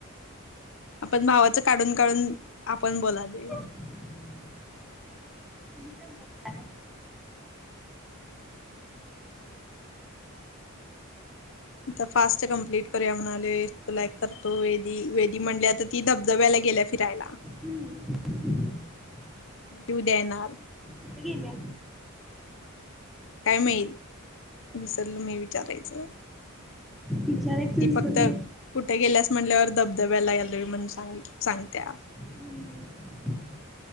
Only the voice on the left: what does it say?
आपण भावाचं काढून काढून आपण बोलाल
आता फास्ट कंप्लीट करूया म्हणाले तुला करतो वे वेदी म्हंल्या आ ती धबधबा याला गेल्या फिरायला
मग उद्या येणार
काय माही विसरल मी विचारायचं
ती
फक्त कुठे गेल्यास म्हटल्यावर धबधब्याला याल म्हणूनांग सांगत्या